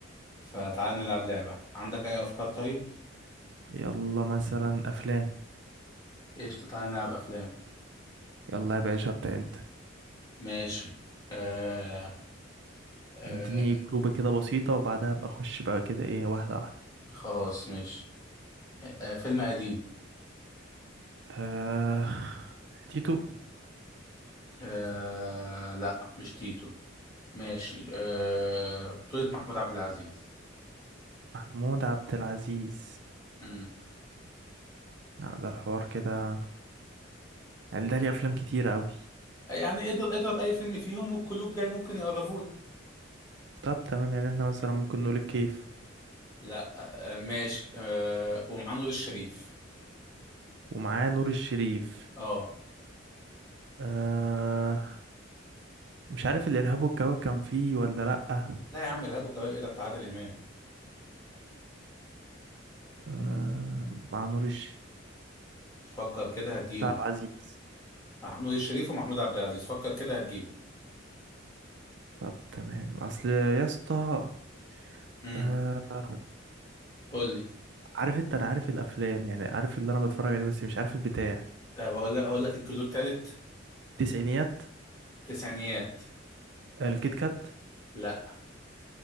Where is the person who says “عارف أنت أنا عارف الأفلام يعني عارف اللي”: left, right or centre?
Right